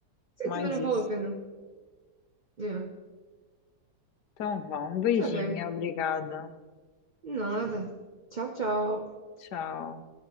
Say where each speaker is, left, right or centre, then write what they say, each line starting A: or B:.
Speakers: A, on the right; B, on the left.
A: Sim,
B: mais
A: também não
B: isso.
A: vale a pena. Yeah.
B: Então vá, um beijinho,
A: Tá bem.
B: obrigada.
A: Nada. Tchau, tchau.
B: Tchau.